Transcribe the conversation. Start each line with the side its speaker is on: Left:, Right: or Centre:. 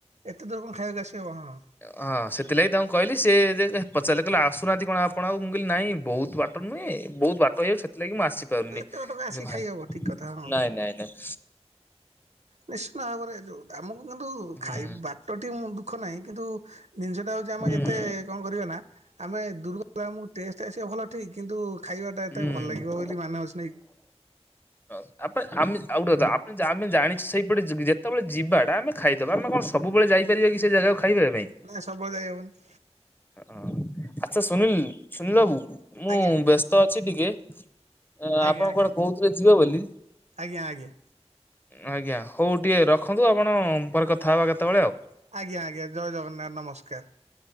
Right: ଏତେ ଦୂର କଣ ଖାଇବାକୁ ଆସି ହବ ହଁ।
Left: ହଁ ସେଥିଲାଗି ତାଙ୍କୁ କହିଲି ସେ ଯେ ପଚିଲେ କହିଲେ ଆସୁନାହାନ୍ତି କଣ ଆପଣ ଆଉ ମୁଁ କହିଲି ନାଇଁ ବହୁତ ବା ବାଟ ନୁହେଁ ବହୁତ ବାଟ ହେଇଯାଉଚି ସେଥିଲାଗି ମୁଁ ଆସି ପାରୁନି
Right: ଏତେ ବାଟକୁ ଆସିକି
Left: ଏ ଭାଇ
Right: ଖାଇହବ ଠିକ୍ କଥା ହଁ।
Left: ନାଇଁ ନାଇଁ ନାଇଁ।
Right: ନିଶ୍ଚିନ୍ତ ଭାବରେ ଯୋଉଟା ଆମକୁ କିନ୍ତୁ
Left: ହୁଁ
Right: ଖାଇ ବାଟଟି ମୁଁ ଦୁଃଖ ନାହିଁ କିନ୍ତୁ ଜିନିଷଟା ହେଉଚି ଆମ
Left: ହୁଁ
Right: ଯେତେ କଣ କରିବା ନା ଆମେ ଦୂରୁକୁ ଗଲେ ଆମକୁ ଟେଷ୍ଟ ଆସିବ ଭଲ ଠିକ୍ କିନ୍ତୁ ଖାଇବାଟା ଏତେ
Left: ହୁଁ।
Right: ଭଲ ଲାଗିବ ବୋଲି ମାନେ ଅଛି ନାଇଁ କି।
Left: <unintelligible> ତାପରେ ଆମେ ଆଉ ଗୋଟେ ଆ ଆମେ ଜାଣିଚୁ ସେଇପଟେ ଯେତେବେଳେ ଯିବାଟା ଆମେ ଖାଇଦବା ଆମେ କଣ ସ ସବୁବେଳେ ଯାଇପାରିବା କି ସେ ଜାଗା ଖାଇବା ପାଇଁ।
Right: ନା ସବୁବେଳେ ଯାଇ ହବନି।
Left: ହଁ ଆଛା ସୁନିଲ ସୁନିଲ ବାବୁ ମୁଁ
Right: ଆଜ୍ଞା
Left: ବ୍ୟସ୍ତ ଅଛି ଟିକେ ଆ
Right: ଆଜ୍ଞା
Left: ଆପଣ
Right: ଆଜ୍ଞା
Left: କଣ କହୁଥିଲେ ଯିବେ ବୋଲି।
Right: ଆଜ୍ଞା ଆଜ୍ଞା।
Left: ଆଜ୍ଞା ହଉ ଟିକେ ରଖନ୍ତୁ ଆପଣ ପରେ କଥା ହେବା କେତେବେଳେ ଆଉ।
Right: ଆଜ୍ଞା ଆଜ୍ଞା ଜୟ ଜଗନ୍ନାଥ ନମସ୍କାର।